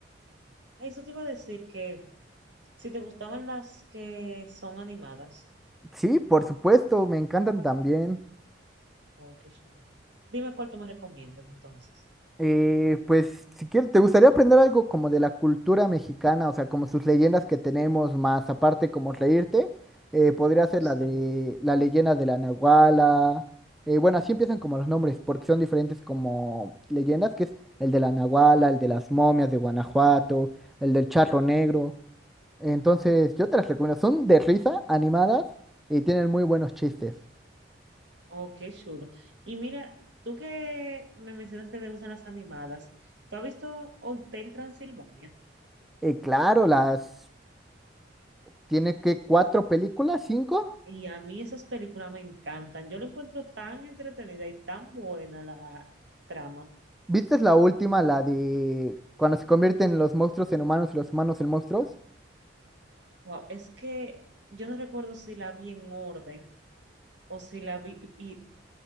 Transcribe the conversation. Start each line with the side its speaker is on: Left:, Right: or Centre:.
Right: Ah, eso te iba a decir que Si te gustaban las que son animadas,
Centre: Sí, por supuesto, me encantan también.
Right: oh, qué chulo. Dime cuál tú me recomiendas entonces.
Centre: Eh, pues si quieres, ¿te gustaría aprender algo como de la cultura mexicana? O sea, como sus leyendas que tenemos, más aparte como reírte, eh, podría ser
Right: Oh, sí.
Centre: la de la leyenda de la Nahuala. eh, bueno, así empiezan como los nombres, porque son diferentes como leyendas, que es el de la Nahuala, el de las momias de Guanajuato, el del charro negro. Entonces, yo te las recomiendo. Son de risa, animadas y tienen muy buenos chistes.
Right: Oh, qué chulo. Y mira, tú que me mencionas que te gustan las animadas, ¿tú has visto Hotel Transilvania?
Centre: Eh, claro, las tiene que cuatro películas, cinco.
Right: Y a mí esas películas me encantan. Yo lo encuentro tan entretenida y tan buena la trama.
Centre: ¿Viste la última, la de cuando se convierten los monstruos en humanos y los humanos en monstruos?
Right: Wow, es que yo no recuerdo si la vi en orden, o si la vi, y